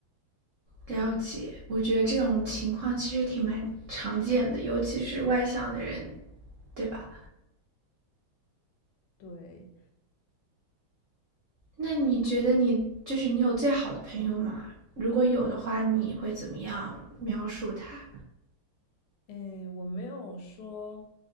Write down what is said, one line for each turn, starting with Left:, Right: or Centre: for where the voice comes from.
Right: 了解。我觉得这种情况其实挺蛮常见的，尤其是外向的人，对吧？
Left: 对，
Right: 那你觉得你就是你有最好的朋友吗？如果有的话，你会怎么样描述他？
Left: 诶，我没有说，